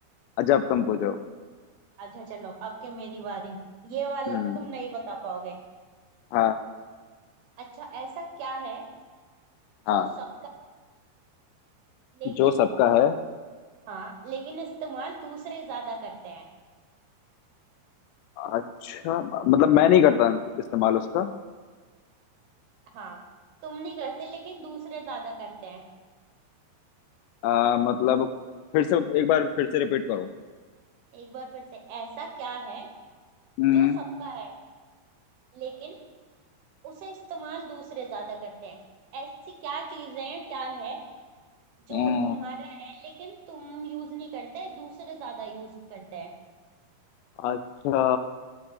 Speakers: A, on the left; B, on the right.
A: अच्छा अब तुम पूछो
B: अच्छा चलो अब के मेरी बारी ये वाला
A: हम्म
B: तो तुम नहीं बता पाओगे
A: हाँ
B: अच्छा ऐसा क्या है जो
A: हाँ
B: सबका लेकिन
A: जो सबका है
B: हाँ लेकिन इस्तेमाल दूसरे ज्यादा करते हैं
A: अच्छा मतलब मैं नहीं करता इस्तेमाल उसका
B: हाँ तुम नहीं करते लेकिन दूसरे ज्यादा करते हैं
A: आ, मतलब फिर से एक बार फिर से रिपीट करो
B: एक बार फिर से ऐसा क्या है
A: हम्म
B: जो सबका है लेकिन उसे इस्तेमाल दूसरे ज्यादा करते हैं ऐसी क्या चीजें हैं क्या है जो
A: हाँ
B: तुम्हारा है लेकिन तुम यूज नहीं करते दूसरे ज्यादा यूज करते हैं
A: अच्छा